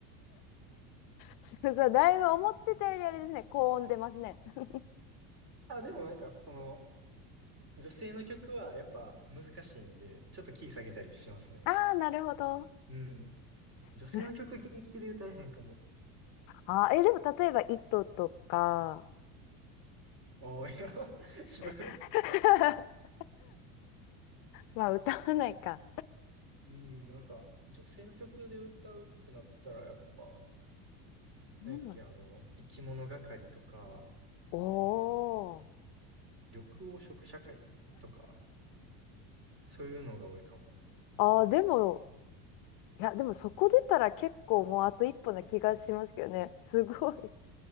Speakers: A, on the left; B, on the right.
A: そうそう、だいぶ思ってたよりあれですね、高音出ますね。<laughs>
B: あ、でもなんか、その、女性の曲はやっぱ難しいんで、ちょっとキー下げたりしますね。
A: ああ、なるほど。<laughs>
B: うん。
A: す
B: 女性の曲元気で歌えへんかも。
A: あー、え、でも例えば、糸とか、
B: おー、いや、<laughs> 渋い。
A: <laughs> まあ、歌わないか。
B: うん、なんか、女性の曲で歌うってなったら、やっぱ、
A: <laughs>
B: なんやっけ、
A: お
B: あの、生き物がかりとか、
A: おー。
B: あと緑黄色社会とか、そういうのが多いかも。
A: あー、でも、いや、でもそこ出たら結構もうあと一歩な気がしますけどね。すごい。